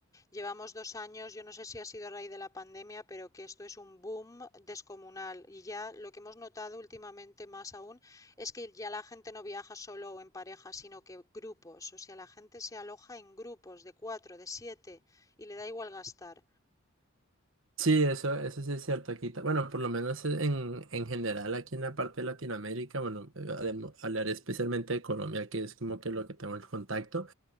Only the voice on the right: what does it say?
Sí, eso, eso sí es cierto aquí. ta- Bueno, por lo menos e, en, en general aquí en la parte de Latinoamérica, bueno, eh, hablemo- hablaré especialmente de Colombia, que es como que lo que tengo el contacto.